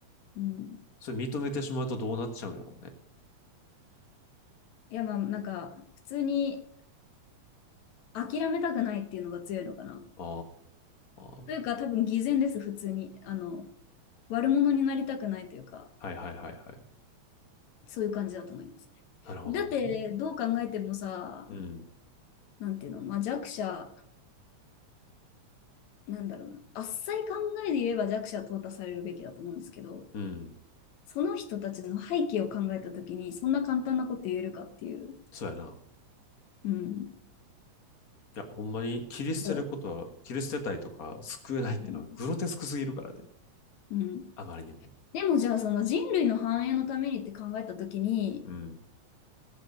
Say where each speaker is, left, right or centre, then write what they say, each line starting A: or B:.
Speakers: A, on the left; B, on the left.
A: うん。
B: それ認めてしまうとどうなっちゃうんやろうね。
A: いや、まあ、なんか、普通に諦めたくないっていうのが強いのかな。
B: ああ。
A: というか、多分偽善です、普通に。あの、悪者になりたくないというか、
B: はいはいはいはい。
A: そういう感じだと思います
B: なるほどね。
A: ね。だって、どう考えてもさ、
B: うん。
A: なんていうの、まあ、弱者、なんだろうな、あっさい考えで言えば弱者は淘汰されるべきだと思うんですけど、
B: うん。
A: その人たちの背景を考えたときに、そんな簡単なこと言えるかっていう。
B: そうやな。
A: うん。
B: いや、ほんまに切り捨てることは、
A: そ
B: 切り捨てたいとか救えないっていうのはグロテスクすぎるからね。
A: う。うん。うん
B: あまりにも。
A: でもじゃあその人類の繁栄のためにって考えたときに、
B: うん。